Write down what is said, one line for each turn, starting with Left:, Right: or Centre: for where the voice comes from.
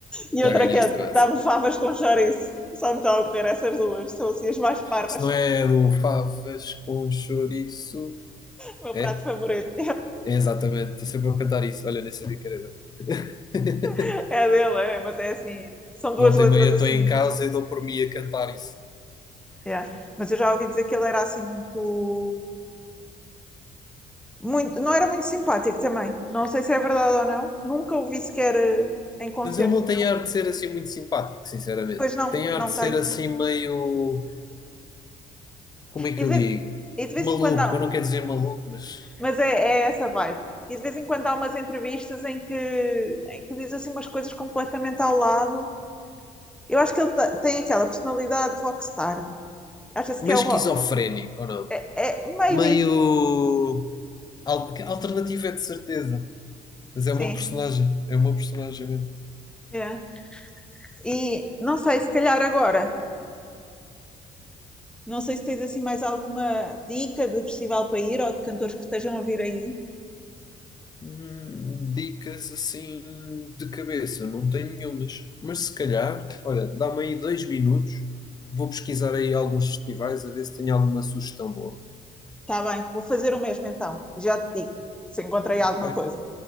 Centre: e
Left: Já
Centre: outra
Left: ganhaste
Centre: que é,
Left: com essa.
Centre: dá-me favas com chouriço. Só me está a ocorrer essas duas, são assim as mais parvas.
Left: Se não é do Favas com chouriço.
Centre: O meu
Left: É?
Centre: prato favorito
Left: É exatamente, estou sempre a cantar isso. Olha, nem sabia que era dele. <laughs>
Centre: <laughs> é dele, é, mas é assim, são duas
Left: Volta
Centre: letras
Left: e meia
Centre: assim.
Left: estou em casa e dou por mim a cantar isso.
Centre: yeah. Mas eu já ouvi dizer que ele era assim muito Muito, não era muito simpático também. Não sei se é verdade ou não. Nunca o vi sequer eh, em concerto
Left: Mas ele não
Centre: nenhum.
Left: tem ar de ser assim muito simpático, sinceramente.
Centre: Pois não,
Left: Tem ar
Centre: não
Left: de ser
Centre: tem.
Left: assim meio. Como é que
Centre: E de
Left: eu
Centre: vez,
Left: digo?
Centre: e de vez
Left: Maluco,
Centre: em quando há,
Left: eu não quero dizer maluco, mas.
Centre: mas é, é essa vibe. E de vez em quando há umas entrevistas em que, em que diz assim umas coisas completamente ao lado. Eu acho que ele te- tem aquela personalidade rockstar. Acha-se
Left: Meio
Centre: que é
Left: esquizofrénico,
Centre: o rock.
Left: ou não?
Centre: É, é meio
Left: Meio.
Centre: isso,
Left: al- Alternativo é de certeza. Mas
Centre: sim.
Left: é uma personagem, é uma personagem mesmo.
Centre: Yeah. E não sei, se calhar agora, não sei se tens assim mais alguma dica de festival para ir ou de cantores que estejam a vir aí.
Left: Hum, Dicas assim de cabeça, não tenho nenhumas. Mas se calhar, olha, dá-me aí dois minutos, vou pesquisar aí alguns festivais a ver se tenho alguma sugestão boa.
Centre: Está bem, vou fazer o mesmo então. Já te digo se encontrei
Left: Ok,
Centre: alguma coisa.